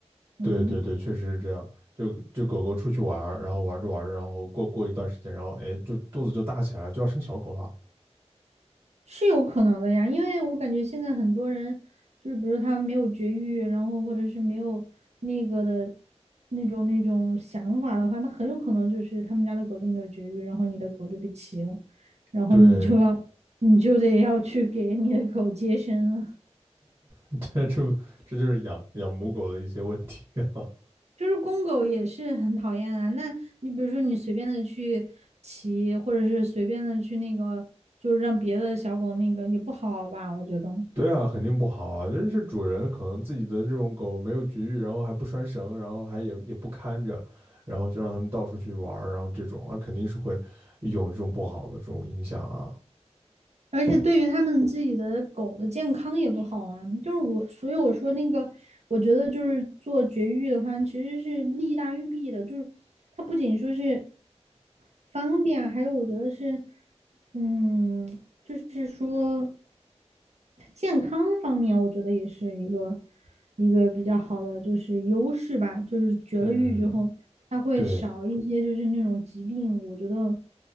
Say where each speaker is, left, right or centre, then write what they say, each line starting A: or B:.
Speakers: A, on the right; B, on the right.
A: 嗯。
B: 对对对，确实是这样。就就狗狗出去玩儿，然后玩着玩着，然后过过一段时间，然后哎，就肚子就大起来，就要生小狗了。
A: 是有可能的呀，因为我感觉现在很多人就是，比如他没有绝育，然后或者是没有那个的那种那种想法的话，那很有可能就是他们家的狗就没有绝育，然后你的狗就被骑了，然后你就要你就得要去给你的狗接生了。
B: 对，<laughs> 这这这就是养养母狗的一些问题啊。
A: 就是公狗也是很讨厌啊，那你比如说你随便的去骑，或者是随便的去那个，就是让别的小狗那个也不好吧，我觉得。
B: 对啊，肯定不好啊！就是主人可能自己的这种狗没有绝育，然后还不拴绳，然后还也也不看着，然后就让它们到处去玩儿，然后这种那肯定是会有这种不好的这种影响啊。
A: 而且对于他们自己的狗的健康也不好啊，就是我，所以我说那个，我觉得就是做绝育的话，其实是利大于弊的，就是它不仅说是方便啊还有我觉得是，嗯，就是说健康方面，我觉得也是一个一个比较好的就是优势吧，就是绝了育之后，
B: 嗯，
A: 它会少一些就是那种疾病，
B: 对，
A: 我觉得